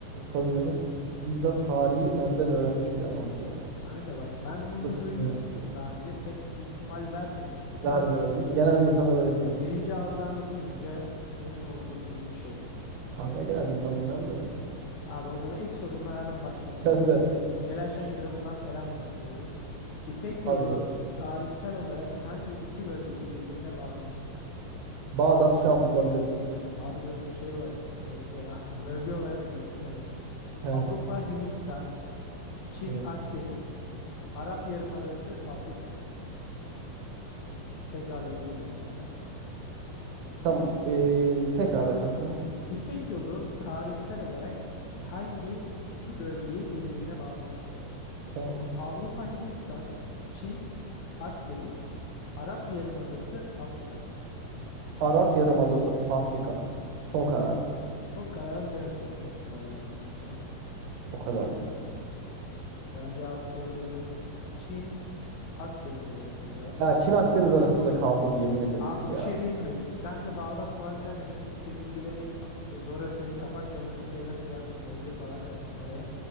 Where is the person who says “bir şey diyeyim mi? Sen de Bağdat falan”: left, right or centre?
Left